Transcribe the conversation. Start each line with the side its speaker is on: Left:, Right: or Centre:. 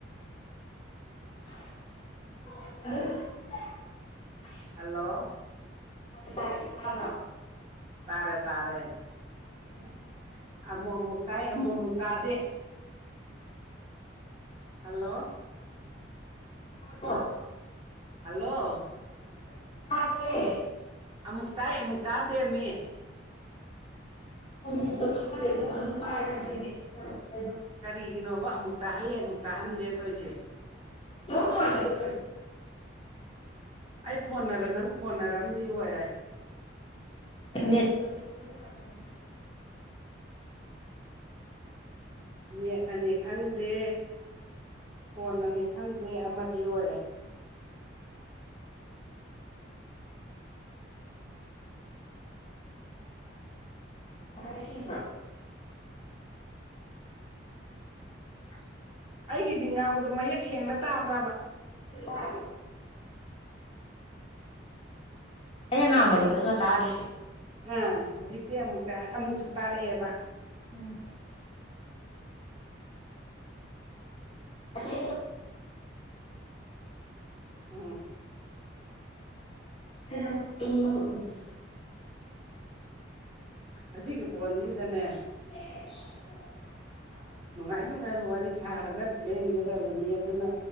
Left: ꯑ
Right: ꯍꯜꯂꯣ
Left: ꯇꯔ ꯇꯔꯦꯃ
Right: ꯇꯥꯔꯦ ꯇꯥꯔꯦ
Left: ꯎꯝ
Right: ꯑꯃꯨꯛ ꯑꯃꯨꯛ ꯀꯥꯏ ꯑꯃꯨꯛ ꯑꯃꯨꯛ ꯀꯥꯗꯦ ꯍꯜꯂꯣ
Left: ꯑꯀꯣ
Right: ꯍꯜꯂꯣ
Left: ꯑ
Right: ꯑꯃꯨꯛ ꯇꯥꯏ ꯑꯃꯨꯛ ꯇꯥꯗꯦꯝꯃꯤ
Left: ꯐꯦ ꯄꯥꯏ
Right: ꯀꯔꯤꯒꯤꯅꯣꯕ ꯑꯃꯨꯛ ꯇꯥꯍꯜꯂꯦ ꯑꯃꯨꯛ ꯇꯥꯍꯟꯗꯦ ꯇꯣꯏꯁꯦ
Left: ꯌꯣꯡꯉ ꯃꯥꯦ
Right: ꯑꯩ ꯐꯣꯟꯅꯔ ꯅꯪ ꯐꯣꯟꯅꯔꯝꯗꯤ ꯑꯣꯏꯔꯦ
Left: ꯅꯣ ꯅꯦꯠꯇꯣ ꯋꯥꯕ ꯅ
Right: ꯃꯦꯠꯅꯅꯦ ꯈꯪꯗꯦ ꯍꯣꯟꯅꯅꯤ ꯈꯪꯗꯦ ꯑꯃꯗꯤ ꯑꯣꯏꯔꯦ
Left: <unintelligible> ꯁꯤ <unintelligible>
Right: ꯑꯩꯒꯤꯗꯤ ꯉꯥꯡꯕꯗꯣ ꯃꯌꯦꯛ ꯁꯦꯡꯅ ꯇꯥꯕ꯭ꯔꯥꯕ
Left: ꯌꯥ ꯑꯩꯅ ꯉꯥꯡꯕꯅꯦꯕ
Right: ꯌꯥꯏꯐꯕꯤ
Left: ꯅꯪꯅ ꯇꯥꯗ꯭ꯔꯤꯁꯦ
Right: ꯑꯥ ꯍꯧꯖꯤꯛꯇꯤ ꯑꯃꯨꯛꯇ ꯑꯃꯨꯛꯁꯨ ꯇꯥꯔꯛꯑꯦꯕ
Left: ꯎꯝ ꯑ ꯀ
Right: ꯎꯝ
Left: ꯇ ꯈꯨꯈ
Right: ꯑꯁꯤꯒꯤꯒꯤ ꯐꯣꯟꯁꯤꯗꯅꯦ
Left: ꯍ
Right: ꯅꯨꯡꯉꯥꯏ ꯅꯨꯡꯉꯥꯏꯕ ꯋꯥꯔꯤ ꯁꯥꯔꯒ ꯂꯦꯟꯒꯗꯕꯅꯤ ꯑꯗꯨꯅ